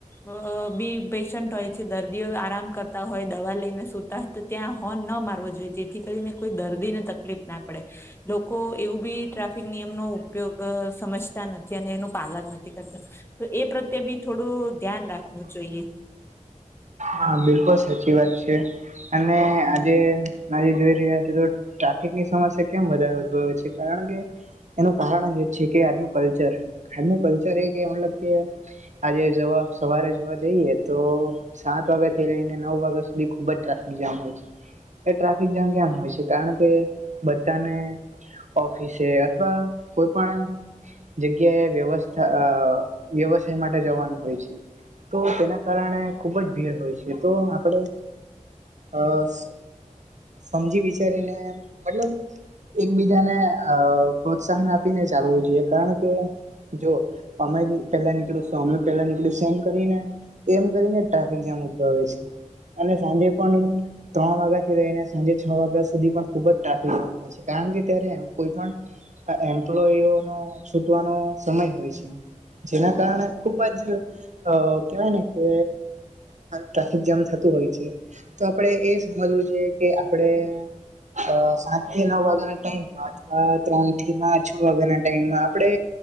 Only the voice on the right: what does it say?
હા બિલકુલ સાચી વાત છે અને આજે. ના જે જોઈ રહ્યા છે, તો ટ્રાફિક ની સમસ્યા કેમ વધારે ઉદભવે છે કારણ કે. એનું કાહણ જ એ છે કે આજનું કલ્ચર, આજનું કલ્ચર એ કે મતલબ કે. આજે જવા સવારે જોવા જઈએ તો. સાત વાગ્યા થઈ રહીને નવ વાગ્યા સુધી ખુબ જ ટ્રાફિક જામ હોય છે. એ ટ્રાફિક જામ કેમ હોય છે કારણ કે બધાને. ઓફિસે અથવા કોઈ પણ એમ. જગ્યાએ વ્યવસ્થા અ વ્યવસાય માટે જવાનું હોય છે. તો તેના કારણે. ખુબ જ ભીડ હોય છે, તો આપણે અસ સમજી વિચારીને મતલબ. એકબીજાને અ પ્રોત્સાહન આપીને ચાલવું જોઈએ, કારણ કે. જો તમે બી પેલા નીકળો શો, અમે પેલા નીકળી શે એમ કરીને. એમ કરીને ટ્રાફિક જામ ઉદ્ભવે છે, અને સાંજે પણ ત્રણ વાગ્યા થી લઈને સાંજે છ વાગ્યા સુધી પણ ખુબ જ ટ્રાફિકજેવું હોય. પછી કામ બીતરે કોઇ પણ આ એમ્પ્લોયઓ નો છૂટવાનો સમય હોય છે. જેના કારણે ખુબ જ અ કેહેવાય ને કે. ટ્રાફિક જામ થતું હોય છે, તો આપડે એ સમજવું જોઈએ કે આપણે. અ સાત થી નવ વાગ્યા નો ટાઈમ, અથવા ત્રણ થી મા છ વાગ્યાના ટાઈમમાં આપડે